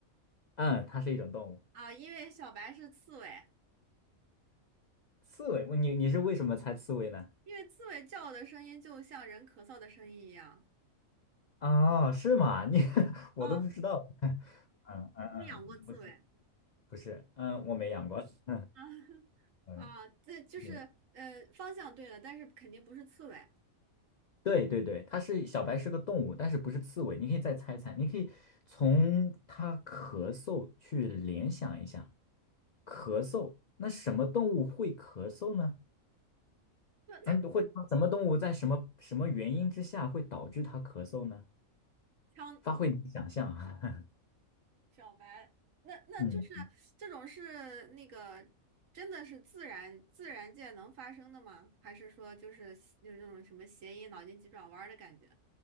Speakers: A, on the left (about 80°); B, on the right (about 70°).
A: 嗯，它是一种动物，
B: 啊，因为小白是刺猬，
A: 刺猬。你你是为什么猜刺猬呢？
B: 因为刺猬叫的声音就像人咳嗽的声音一样
A: 啊，是吗？你 <laughs> 我都不知道。
B: 啊。
A: <laughs> 嗯嗯嗯，
B: 你们养过刺猬
A: 不是。不是，嗯，我没养过，<laughs>
B: 啊
A: 嗯，
B: 啊？这就是呃方向对了，
A: 是，
B: 但是肯定不是刺猬。
A: 对对对，它是小白是个动物，但是不是刺猬，你可以再猜猜，你可以从它咳嗽去联想一下，咳嗽，那什么动物会咳嗽呢？
B: 就
A: 嗯，或者说什么动物在什么什么原因之下会导致它咳嗽呢？
B: 强
A: 发挥你的想象啊，
B: 小白，那那就是这种是那个真的是自然自然界能发生的吗？
A: <laughs> 嗯。
B: 还是说就是就是那种什么谐音脑筋急转弯儿的感觉？